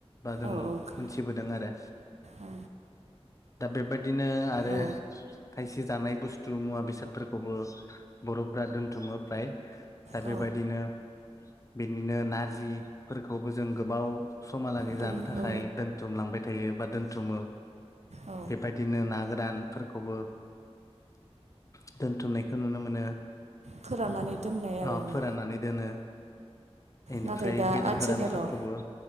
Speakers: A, on the left; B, on the right.
A: बा जों
B: औ औ खो
A: मोनथिबोदों आरो
B: औ
A: दा बेबायदिनो आरो
B: औ
A: खायसे जानाय बुस्थु मुवा बेसादफोरखौबो बर'फ दोन्थुमो फ्राय दा
B: औ
A: बेबायदिनो बिदिनो नारजिफोरखौबो जों गोबाव समालागै
B: दोन
A: जानो थाखाय
B: औ
A: दोनथुमलांबाय थायो बा दोनथुमो
B: औ
A: बेबायदिनो ना गोरान दोनथुमनायखौ नुनो मोनो
B: फोराननानै दोननाय आरोना
A: अ फोराननानै दोनो इनिफ्राय
B: नाथाय दा
A: बेदर
B: आथिखालाव
A: गोरानफोरखौबो औ